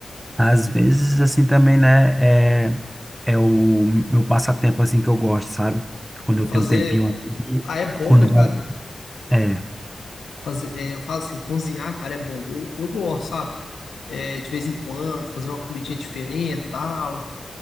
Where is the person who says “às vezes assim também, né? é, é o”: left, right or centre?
Right